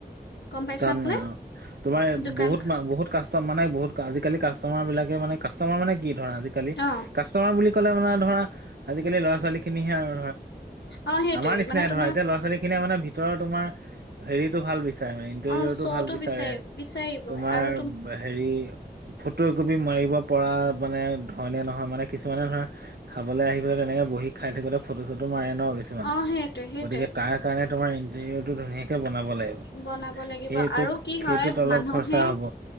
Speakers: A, on the left (about 85°); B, on the right (about 70°).
A: গম পাইছা
B: কাম
A: নে?
B: নাই অ' তোমাৰ
A: দোকান
B: বহুত মা বহুত কাষ্টম মানে বহুতজাল কাষ্টমাৰবিলাকে মানে কাষ্টাৰ মান কি ধৰা আজিকালি
A: অ
B: কাষ্টমাৰ বুলি ক'লে মানে ধৰা আজিকালি ল'ৰা ছোৱালীখিনিহে আৰু
A: অ সেইটোৱে
B: আমাৰ নিচিনাই
A: মানে তোমাৰ
B: ধৰা এতিয়া ল'ৰা ছোৱালীখিনিয়ে মানে ভিতৰৰ তোমাৰ হেৰিতটো ভাল বিচাৰে মানে। কেৰিয়ৰটো
A: অ শ্ব'টো
B: ভাল বিচাৰে
A: বিচাৰি বিচাৰিব
B: তোমাৰ
A: আৰু
B: হেৰি ফটো একপি মাৰিব পৰা মানে ধৰণে নহয়। মানে কিছুমানে ধৰা খাবলৈ আহি পেলাই তেনেকে বহি খাই থাকোতে ফটো চটো মাৰে ন কিছুমানে।
A: অ সেইটোৱে সেইটোৱে
B: গতিকে তাক সেইকাৰণে তোমাৰ ইণ্টেৰিয়ৰটো ধুনীয়াকৈ বনাব লাগিব।
A: বনাব লাগিব
B: সেইটোত
A: আৰু কি হয়
B: সেইটোত অলপ
A: মানুহে
B: খৰচা হ'ব